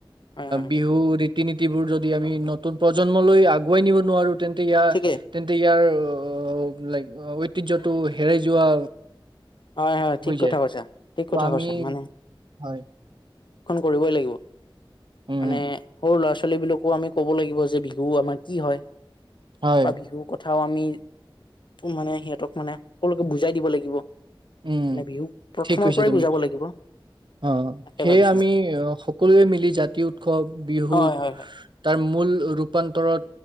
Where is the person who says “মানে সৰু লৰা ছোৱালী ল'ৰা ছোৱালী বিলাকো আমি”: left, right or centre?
Left